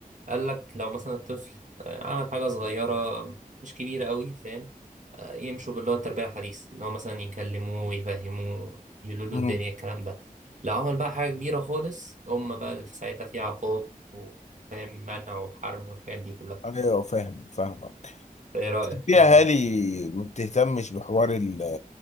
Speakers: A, on the right; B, on the left.
A: قال لك لو مثلا الطفل آه، عمل حاجة صغيرة مش كبيرة قوي فاهم آه، يمشوا باللي هو التربية الحديثة اللي هو مثلا يكلموه يفهموه يقولوا له
B: مم.
A: الدنيا الكلام ده لو عمل بقى حاجة كبيرة خالص هم بقى اللي في ساعتها في عقاب وفاهم منع وحرم والحاجات دي كلها
B: ايوه فاهم فاهمك
A: ايه رأيك الكلام
B: في اهالي
A: ده؟
B: ما بتهتمش بحوار ال-